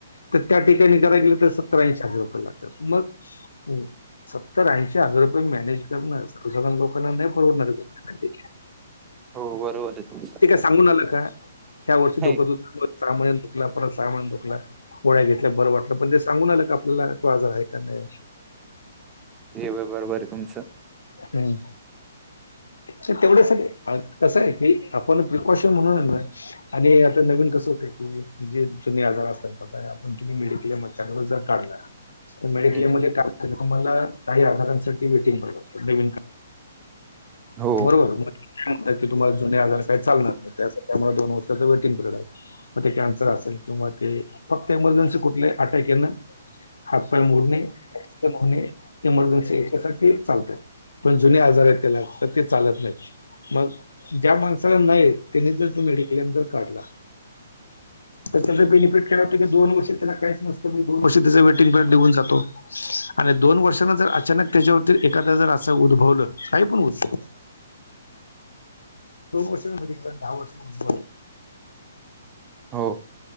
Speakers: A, on the left; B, on the right.
A: तर त्या ठिकाणी कराय गेलं तर सत्तर ऐंशी हजार रुपये लागतात मग सत्तर ऐंशी हजार रुपये मॅनेज करन सर्वसाधारण लोक कांना नाही परवडणार बॉ ते,
B: हो बरोबर आहे तुमचं
A: ते काय सांगून आलं का? ह्या वर्षी
B: नाही
A: डोक दु परत सहा दुखला, परत सहा महिन्यान दुखला. गोळ्या घेतल्या बरं वाटलं, पण ते सांगून आलं का आपल्याला तो आजार आहे का नाही.
B: हे बरोबर आहे तुमचं.
A: हम्म. तर तेवढ्यासाठी कसं आहे की आपण प्रिकॉशन म्हणून आणि आता नवीन कसं होत की जे जुने आजार असतात. आपण तुम्ही मिडिकल्या मकवर जर काढला तर मेडिक्लेम
B: हम्म,
A: म काही आजारांसाठी वेटिंग जी
B: हो
A: बरोबर म म्हण क तुम्हाला जुने आजार काय चालणार नाही त्यासाठी त्यामुळे दोन वर्षाच वेटिंग पिरिड आहे मग ते कॅन्सर असेल किंवा ते फक्त एमर्जन्सी कुठली अटॅक येन हातपाय मोडणे होणे इमर्जन्सी याच्यासाठी चालत. पण जुने आजार आहेत त्याला तर ते चालत नाही. मग ज्या माणसाला नाही त्यांनी जर तू मेडिक्लेम जर काढला
B: <inaudible>
A: तर त्याच बेनिफिट काय होतं की दोन वर्ष त्याला काहीच नसत ते दोन वर्ष त्याच वेटिंग पिरीयड निघून जातो. आणि दोन वर्षांने जर अचानक त्याच्यावरती एखादा जर असं उद्भवलं काही पण उद्भवल दोन वर्षांमध्ये, किंवा दहा वर्षां उद्भव
B: हो.